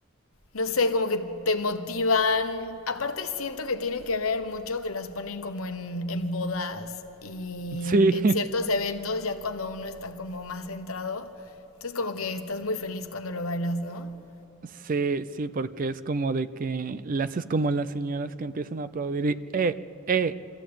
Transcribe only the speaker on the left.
no sé, como que te motivan. Aparte siento que tiene que ver mucho que las ponen como en, en bodas y
en
ciertos eventos, ya cuando uno está como más centrado. Entonces como que estás muy feliz cuando lo bailas, ¿no?